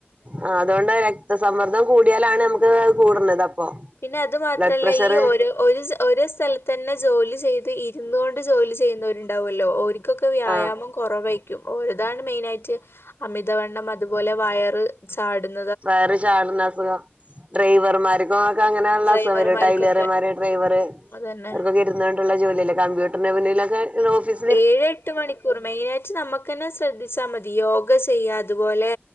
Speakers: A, on the right (about 35°); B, on the left (about 75°).
A: ആഹ് അതോണ്ട് അഹ് രക്തസമ്മർദ്ദം കൂടിയാലാണ് അമ്മ്ക്ക് അഹ് കൂട്ണ്ത് അപ്പൊ
B: പിന്നെ അത് മാത്രല്ല
A: ബ്ലഡ് പ്രഷർ
B: ഈ ഒര് ഒരു ഒരേ സ്ഥലത്ത് തന്നെ ജോലി ചെയ്ത് ഇര്ന്ന് കൊണ്ട് ജോലി ചെയ്യ്ന്നവര് ഇണ്ടാവൊല്ലോ ഓര്ക്കൊക്കെ വ്യായാമം
A: ആഹ്
B: കൊ കൊറവേയ്ക്കും ഓരതാണ് മെയ്നായിറ്റ് അമിതവണ്ണം അത് പോലെ വയറ് ചാട്ന്ന
A: വയറ് ചാട്ണ അസുഖം ഡ്രൈവർമാര്ക്കു ഒക്കെ അങ്ങനെ ആണല്ലോ
B: ഡ്രൈവർമാർക്കൊക്കെ
A: അസുഖം വെരാ ടൈലർമാര് ഡ്രൈവർ അവർക്കൊക്കെ
B: അതന്നെ
A: ഇര് ന്ന്ങ്ങാണ് ഇള്ളെ ജോലി അല്ലെ കമ്പ്യൂട്ടർന്റെ മുന്നിലൊക്കെ ഇത്‌ ഓഫീസ്
B: ഏഴ് എട്ട് മണിക്കൂറ് മെയ്നായിറ്റ് നമ്മക്കെന്നെ ശ്രദ്ധിച്ചാമതി യോഗ ചെയ്യാ അ ത്പോലെ